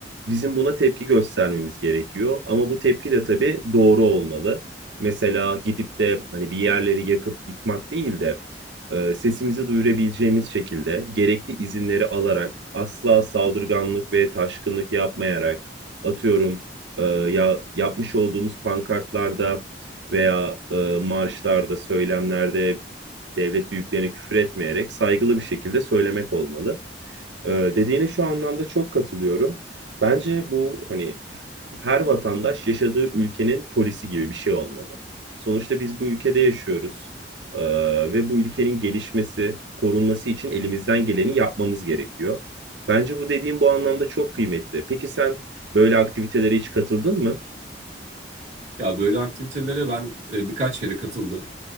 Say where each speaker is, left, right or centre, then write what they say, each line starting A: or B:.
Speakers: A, on the right; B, on the right.
A: bizim buna tepki göstermemiz gerekiyor. Ama bu tepki de tabii doğru olmalı. Mesela gidip de hani bir yerleri yakıp yıkmak değil de e, sesimizi duyurabileceğimiz şekilde gerekli izinleri alarak asla saldırganlık ve taşkınlık yapmayarak atıyorum e, ya yapmış olduğumuz pankartlarda veya e, marşlarda, söylemlerde devlet büyüklerine küfür etmeyerek saygılı bir şekilde söylemek olmalı. Ee, dediğine şu anlamda çok katılıyorum. Bence bu hani her vatandaş yaşadığı ülkenin polisi gibi bir şey olmalı. Sonuçta biz bu ülkede yaşıyoruz. Ee, ve bu ülkenin gelişmesi, korunması için elimizden geleni yapmamız gerekiyor. Bence bu dediğim bu anlamda çok kıymetli. Peki sen böyle aktivitelere hiç katıldın mı?
B: Ya böyle aktivitelere ben e, birkaç kere katıldım.